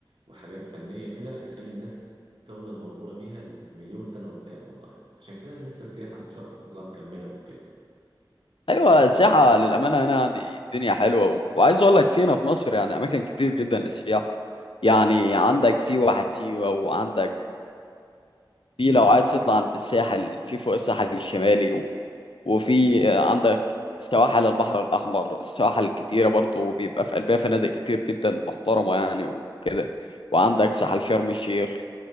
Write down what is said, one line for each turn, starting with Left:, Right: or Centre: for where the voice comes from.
Right: وحاجات فنية كده يخلي الناس تفضل مبهورة بيها المليون سنة قدام والله عشان كده لسه السياحة إن شاء الله مكملة وكده
Left: أيوه السياحة للأمانة هنا يعني الدنيا حلوة و- وعايز أقول لك فينا في مصر يعني أماكن كتير جدا للسياحة يعني عندك في واحة سيوة وعندك في لو عايز تطلع عند الساحل في فوق الساحل الشمالي و... وفي
Right: أيوه
Left: عندك سواحل البحر الأحمر سواحل كتيرة برضه بيبقى في قلبها فنادق كتير جدا محترمة يعني وكده وعندك ساحل شرم الشيخ